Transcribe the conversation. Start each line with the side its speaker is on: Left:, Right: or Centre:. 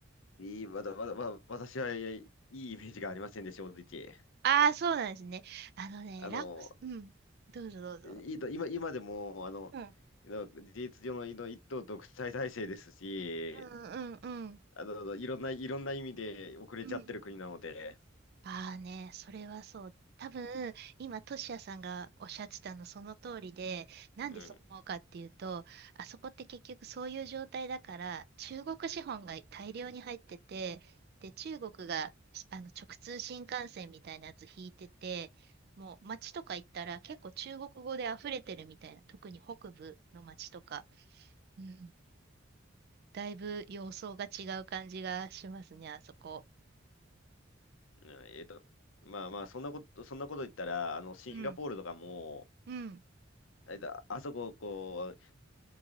Left: いい、わたわたわ私はいいイメージがありませんで、正直。
Right: ああ、そうなんですね。あのね、
Left: あの、
Right: ラオス、うん。どうぞどうぞ。
Left: いいと、今、今でも、あの、
Right: うん、
Left: の事実上の、の一党独裁体制ですし、
Right: うん、うん、うん。
Left: あの、いろんな、いろんな意味で遅れちゃってる国なので、
Right: うんああね、それはそう。多分、今、トシヤさんがおっしゃってたのその通りで、なんでそう思うかっていうと、
Left: うん、
Right: あそこって結局そういう状態だから、中国資本が大量に入ってて、で、中国があの直通新幹線みたいなやつ引いてて、もう街とか行ったら結構中国語で溢れてるみたいな、特に北部の街とか、うん、だいぶ様相が違う感じがしますね、あそこ。
Left: うんえっと、まあまあ、そんなこと、そんなこと言ったら、あの、シンガポールとかも、
Right: うん、うん、
Left: えっと、あそこ、こう、